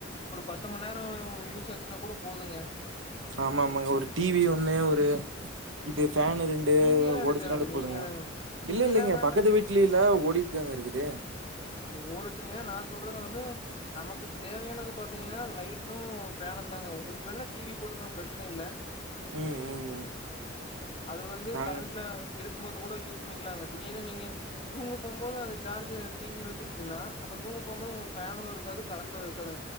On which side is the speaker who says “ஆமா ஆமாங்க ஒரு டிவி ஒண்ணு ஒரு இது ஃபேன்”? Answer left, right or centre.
Right